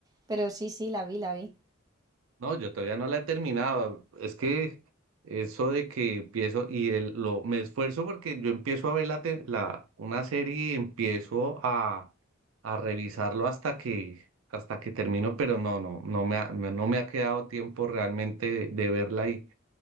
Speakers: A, on the right (about 20°); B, on the right (about 80°).
A: Pero sí, sí, la vi, la vi.
B: No, yo todavía no la he terminado. Es que eso de que empiezo y el, lo, me esfuerzo porque yo empiezo a ver la, te- la, una serie y empiezo a, a revisarlo hasta que, hasta que termino, pero no, no, no me ha, me- no me ha quedado tiempo realmente de, de verla y,